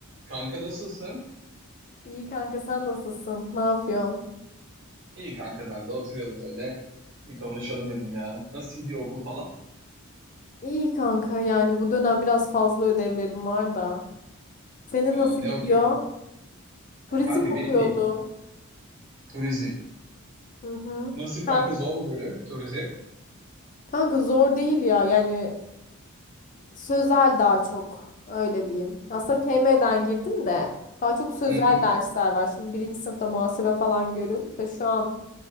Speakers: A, on the right; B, on the left.
A: Kanka nasılsın?
B: İyi kanka sen nasılsın? Ne yapıyorsun?
A: İyi kanka ben de oturuyordum öyle. Bir konuşalım dedim ya. Nasıl gidiyor okul falan?
B: İyi kanka yani bu dönem biraz fazla ödevlerim var da. Senin
A: Ee,
B: nasıl
A: ne
B: gidiyor?
A: okuyorsun?
B: Turizm
A: Ya kanka benim
B: okuyordum.
A: değil. Turizm.
B: Hı hı.
A: Nasıl kanka
B: Sen-
A: zor mu bölüm? Turizm.
B: Kanka zor değil ya yani sözel daha çok öyle diyeyim. Aslında TM'den girdim de daha çok sözel
A: Hı hı.
B: dersler var. Şimdi birinci sınıfta muhasebe falan görüyorduk da şu an